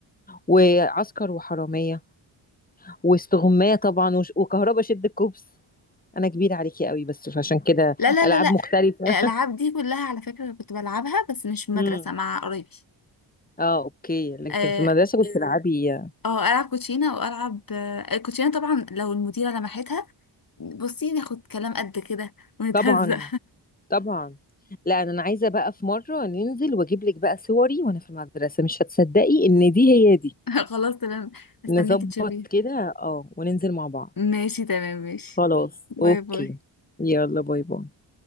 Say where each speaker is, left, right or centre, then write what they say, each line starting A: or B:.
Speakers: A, on the left (about 20°); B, on the left (about 45°).
A: وعسكر وحراميه واستغمايه طبعا وش- وكهربا شد الكوبس انا كبيره عليكي قوي بس عشان كده
B: لا لا
A: العاب
B: لا لا
A: مختلفه
B: الالعاب دي كلها على فكره كنت بلعبها بس مش في المدرسه
A: امم
B: مع قرايبي
A: اه اوكي لكن
B: اه
A: في المدرسه كنت تلعبي آه،
B: آه، العب كوتشينه والعب آه، الكوتشينه طبعا لو المديره لمحتها بصي ناخد كلام قد كده ونتهزق
A: طبعا طبعا لا انا أنا عايزه بقى في مره ننزل واجيب لك بقى صوري وانا في المدرسه مش هتصدقي ان دي هي دي
B: <laughs> خلاص تمام استناكي
A: نظبط
B: تشوفي
A: كده اه وننزل مع بعض
B: ماشي تمام ماشي
A: خلاص
B: باي
A: اوكي
B: باي
A: يلا باي باي